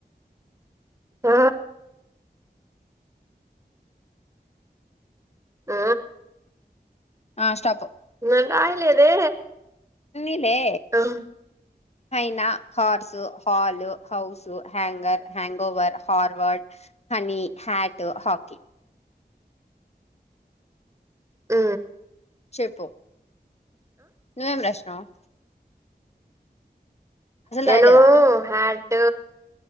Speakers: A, on the right; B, on the left.
A: ఆ ఆ
B: ఆ స్టాపు
A: నాకు రాయలేదే
B: ఇలే
A: మ్మ్
B: పైన హార్సు హల్ హౌస్ హ్యాంగర్ హ గోవర్ హార్వడ్ హనీ హ్యాట్ హాకీ
A: ఆ
B: చెప్పు నువ్వేం రాసినవ్
A: నేను
B: రాయలేదా
A: హ్యాట్